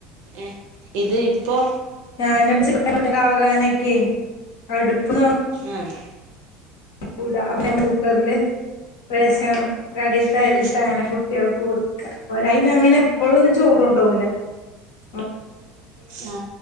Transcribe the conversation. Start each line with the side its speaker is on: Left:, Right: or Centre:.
Right: ഏ ഇത് ഇപ്പോ
Left: ഞാന് ചി <inaudible> ആകാനൊക്കെ അടുപ്പ് നോ
Right: ആഹ്
Left: ക്കൂലാ അപ്പം കുക്കറില് റേഷ കടയിൽത്തരിയിട്ട്
Right: ഉം
Left: അങ്ങനെ കുട്ട്യേൾക്ക് കൊടുക്ക ഒലെയ്ന അങ്ങനെ എപ്പോഴൊന്നും ചോർ കൊണ്ടോകൂല ഉ <unintelligible>
Right: ആ